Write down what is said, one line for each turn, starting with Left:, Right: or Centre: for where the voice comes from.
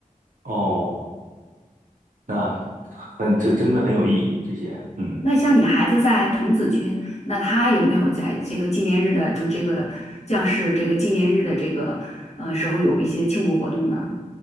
Right: 哦，那很这真的很有意义，这些嗯。
Left: 那像你孩子在童子军，那他有没有在这个纪念日的，就这个将士这个纪念日的这个呃时候有一些庆祝活动呢？